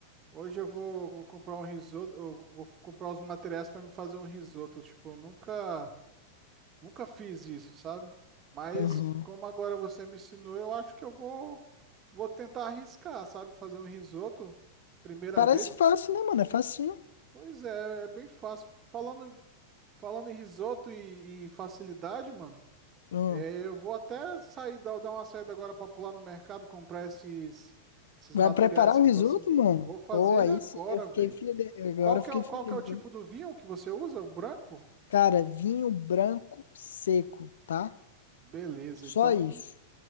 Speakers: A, on the right (about 30°); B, on the left (about 70°).
A: hoje eu vou, vou comprar um risoto, eu vou comprar os materiais para me fazer um risoto. Tipo, eu nunca, nunca fiz isso, sabe? Mas
B: Aham.
A: como agora você me ensinou, eu acho que eu vou, vou tentar arriscar, sabe? Fazer um risoto primeira
B: Parece
A: vez,
B: fácil, né, mano? É facinho.
A: Pois é, é bem fácil. Falando, falando em risoto e, e facilidade, mano,
B: Aham.
A: é, eu vou até sair, dar, dar uma saída agora pra pular no mercado, comprar esses, esses
B: Vai
A: materiais
B: preparar o
A: que
B: risoto,
A: você.
B: mano?
A: Vou fazer
B: Pô,
A: ele
B: aí
A: agora,
B: sim, eu fiquei
A: velho.
B: feliz. Agora
A: Qual
B: eu
A: que
B: fiquei
A: é, o-
B: feliz,
A: qual que é o tipo
B: ó.
A: do vinho que você usa? O branco?
B: Cara, vinho branco seco, tá?
A: Beleza,
B: Só
A: então,
B: isso.